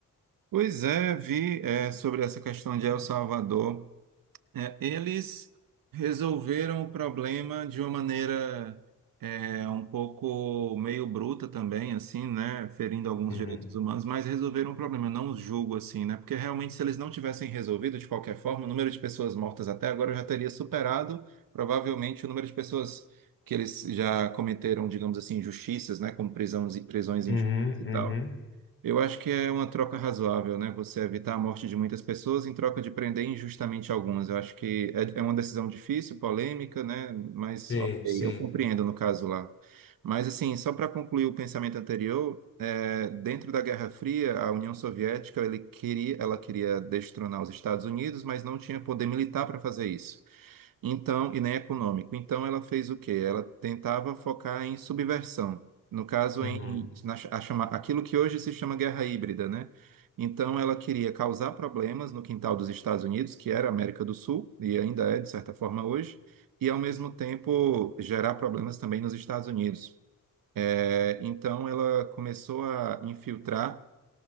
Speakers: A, on the right; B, on the left.
A: Pois é, vi é, sobre essa questão de El Salvador. É, eles resolveram o problema de uma maneira é, um pouco meio bruta também, assim, né? Ferindo alguns
B: Uhum,
A: direitos humanos, mas resolveram o problema. Eu não os julgo assim, né? Porque realmente, se eles não tivessem resolvido de qualquer forma, o número de pessoas mortas até agora já teria superado, provavelmente, o número de pessoas que eles já cometeram, digamos assim, injustiças, né? Como prisões, prisões
B: uhum,
A: injustas e
B: uhum,
A: tal. Eu acho que é uma troca razoável, né? Você evitar a morte de muitas pessoas em troca de prender injustamente algumas. Eu acho que é, é uma decisão difícil, polêmica, né? Mas
B: Sim,
A: ok,
B: sim,
A: eu compreendo no caso lá. Mas assim, só para concluir o pensamento anterior, é, dentro da Guerra Fria, a União Soviética ele queria, ela queria destronar os Estados Unidos, mas não tinha poder militar para fazer isso. Então, e nem econômico. Então, ela fez o quê? Ela tentava focar em subversão. No caso,
B: uhum,
A: em na, a chama, aquilo que hoje se chama guerra híbrida, né? Então, ela queria causar problemas no quintal dos Estados Unidos, que era a América do Sul, e ainda é, de certa forma, hoje, e, ao mesmo tempo, gerar problemas também nos Estados Unidos. É, então, ela começou a infiltrar,